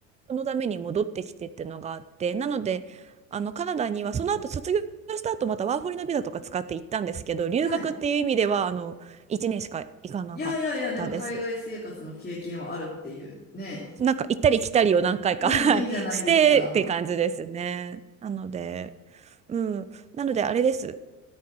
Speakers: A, on the right (about 15°); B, on the left (about 20°).
A: そのために戻ってきてっていうのがあって、なので、あの、カナダにはその後卒業した後またワーホリのビザとか使って行ったんですけど、留学っていう意味では、
B: はい
A: あの、1年しか行かなかったです。
B: いやいやいや、でも海外生活の経験はあるっていうね。
A: なんか行ったり来たりを何回か、
B: うん、
A: <laughs> はい、
B: いいじゃないですか。
A: してって感じですね。なので、うん。なのであれです。